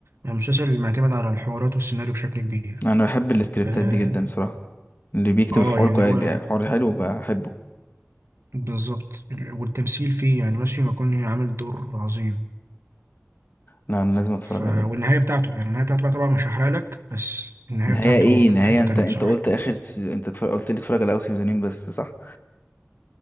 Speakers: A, on the right; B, on the left.
A: المسلسل اللي معتمد على الحوارات والسيناريو بشكل كبير
B: انا بحب السكريبتات
A: اه
B: دي جدا بصراحه اللي بيكتب
A: آه،
B: الحوار
A: يعني
B: كوي-
A: هو
B: حوار حلو بحبه
A: بالظبط والتمثيل فيه يعني ماثيو ماكونهي عامل دور عظيم
B: لا انا لازم اتفرج
A: ف... والنهاية
B: عليه
A: بتاعته يعني النهاية بتاعته بقى طبعا مش هحرق لك بس النهاية
B: نهايه
A: بتاعته
B: ايه نهايه
A: في حتة
B: انت
A: تانية
B: انت
A: بصراحة
B: قلت اخر سيز- انت اتفرج... قلت لي اتفرج على اول سيزونين بس صح